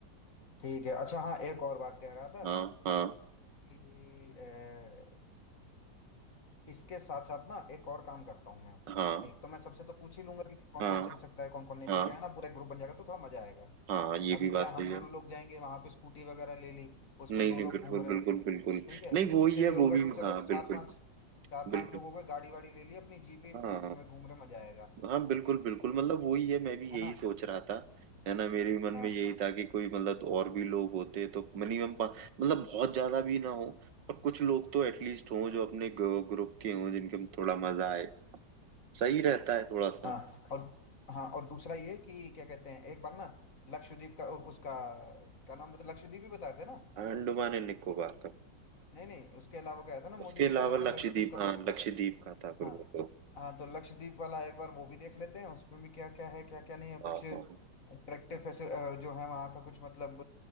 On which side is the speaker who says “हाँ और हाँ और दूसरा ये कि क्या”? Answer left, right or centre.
Left